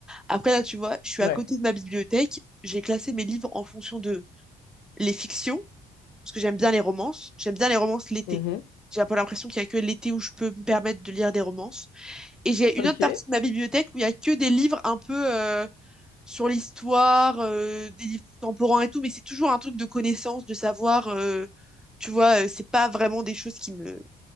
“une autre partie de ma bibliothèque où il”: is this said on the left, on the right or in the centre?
Centre